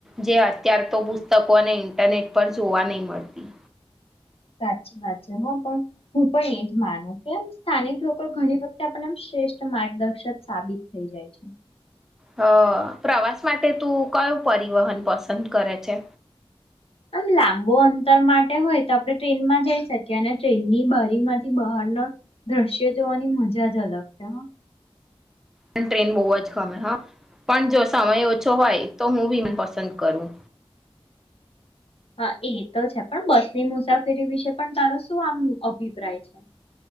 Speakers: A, in the centre; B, on the left.
A: જે અત્યાર તો પુસ્તકો ને ઇન્ટરનેટ પર જોવા નઈ મળતી.
B: સાચી વાત છે હ પણ હું પણ એજ માનું કેમ સ્થાનિક લોકો ઘણી વખતે આપડે એમ શ્રેષ્ઠ માર્ગદર્શક સાબિત થઈ જાય છે.
A: હ પ્રવાસ માટે તું કયું પરિવહન પસંદ કરે છે?
B: આમ લાંબો અંતર માટે હોય તો આપડે ટ્રેનમાં જઈ શકીએ અને ટ્રેનની બારીમાંથી બહારના દ્રશ્યો જોવાની મજા જ અલગ છે હા.
A: પણ ટ્રેન બહુ જ ગમે હા પણ જો સમય ઓછો હોય તો હું ની મેં પસંદ કરું.
B: હા એ તો છે પણ બસની મુસાફરી વિશે પણ તારો શું આમ અભિપ્રાય છે